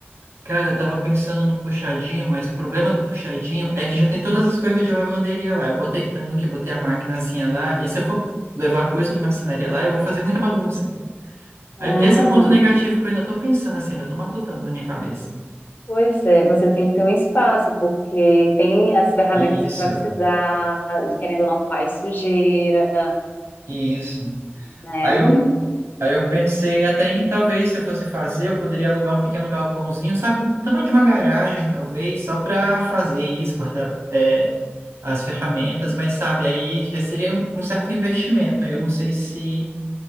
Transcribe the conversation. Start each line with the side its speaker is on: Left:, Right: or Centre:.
Right: Cara, eu tava pensando no puxadinho, mas o problema do puxadinho é que já tem todas as coisas de lavanderia lá. Eu botei tanque, botei a maquinazinha lá, e se eu for levar coisa de marcenaria lá, eu vou fazer muita bagunça. Aí,
Left: Ah,
Right: Esse é o ponto negativo que eu ainda tô pensando assim, ainda tô matutando na minha cabeça.
Left: pois é, você tem que ter um espaço, porque tem as ferramentas
Right: Isso,
Left: que você vai precisar, querendo ou não faz sujeira,
Right: isso.
Left: né?
Right: Aí eu, aí eu pensei até em talvez se eu fosse fazer, eu poderia alugar um pequeno galpãozinho, sabe? Tamanho de uma garagem, talvez, só pra fazer isso, guardar. é, as ferramentas, mas sabe, aí já seria um um certo investimento. aí Eu não sei se